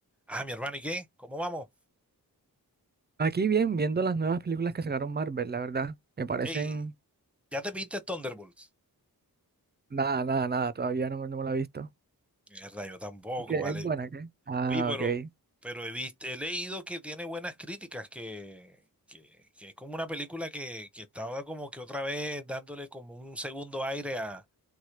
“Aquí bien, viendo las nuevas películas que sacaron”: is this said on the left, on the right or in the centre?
Right